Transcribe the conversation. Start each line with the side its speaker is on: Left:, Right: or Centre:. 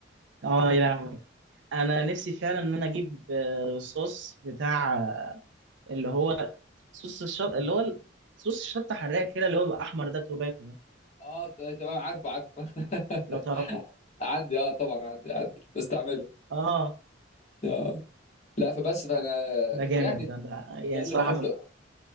Right: اه يا لهوي انا نفسي فعلا ان انا اجيب آه، صوص بتاع آه، اللي هو صوص الشط اللي هو ال- صوص الشطه حراق كده اللي هو بيبقى احمر ده توباكو ده
Left: اه ت- تمام عارفه عارفه <laughs>
Right: لو تعرفه
Left: عندي اه طبعا عندي عندي بستعمله
Right: اه
Left: اه لا فبس فانا
Right: ده ده جامد
Left: يعني
Right: ده, ده يعني
Left: ده اللي
Right: صراحه
Left: بحب
Right: من
Left: اه